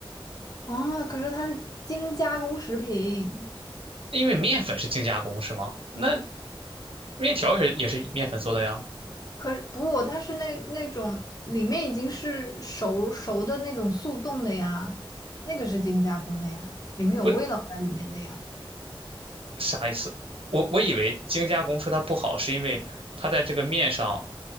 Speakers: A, on the left (about 40°); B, on the right (about 75°).
A: 哦，可是它是精加工食品，
B: 因为面粉是精加工是吗？那面条也是也是面粉做的呀。
A: 可是不，它是那那种里面已经是熟熟的那种速冻的呀，那个是精加工的呀，里面有味道在里面的呀。
B: 不，啥意思？我我以为精加工说它不好，是因为它在这个面上